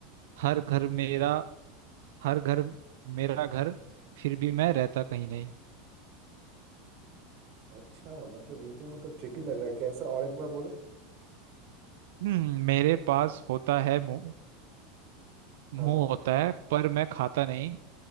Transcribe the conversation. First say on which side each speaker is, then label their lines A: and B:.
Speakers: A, on the right (about 80°); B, on the right (about 45°).
A: हर घर मेरा हर घर मेरा घर फिर भी मैं रहता कहीं नहीं
B: अच्छा मतलब ये तो मतलब ट्रिकी लग रहा है कैसा और एक बार बोलो
A: हम्म मेरे पास होता है मुंह मुंह
B: हाँ।
A: होता है पर मैं खाता नहीं